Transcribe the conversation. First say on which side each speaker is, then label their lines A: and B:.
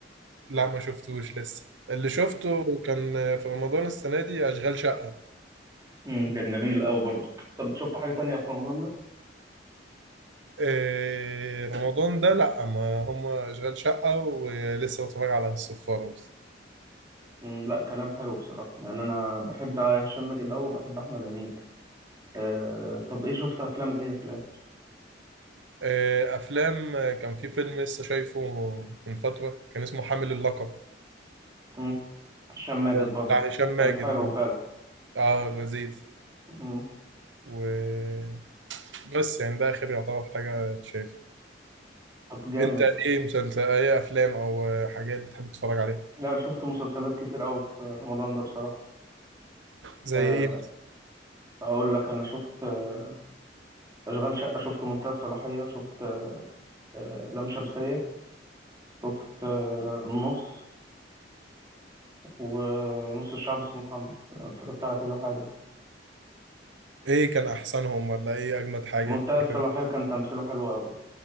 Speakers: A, on the right; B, on the right.
A: لا ما شفتوش لسه اللي شفته كان في رمضان السنه دي اشغال شقه
B: امم كان جميل قوي برضه طب إنت شفت حاجة تانية في رمضان ده؟
A: إيه رمضان ده لا ما هم اشغال شقه ولسه بتفرج على الصفاره بس
B: امم لا كلام حلو بصراحة يعني أنا بحب هشام ماجد قوي وبحب أحمد أمين أه طب إيه شفت أفلام إيه في الآخر؟
A: إيه افلام آه، كان في فيلم لسه شايفه من فتره كان اسمه حامل اللقب
B: امم هشام ماجد
A: بتاع
B: برضه
A: هشام ماجد
B: كان حلو
A: يعني
B: فعلا
A: اه لذيذ
B: امم
A: وبس يعني ده اخر يعتبر حاجه شايفها
B: طب جامد
A: انت ايه مسلسل ايه افلام او حاجات بتحب تتفرج عليها
B: لا أنا شفت مسلسلات كتير قوي في رمضان ده بصراحة
A: زي
B: أه
A: ايه
B: أقول لك أنا شفت آه، أشغال شقة شفت منتهى الصلاحية شفت آه، لام شمسية شفت آه، النص ونص الشعب اسمه محمد اتفرجت على كذا حاجة
A: ايه كان احسنهم ولا ايه اجمد حاجه
B: منتهى الصلاحية
A: كده
B: كان تمثيله حلو أوي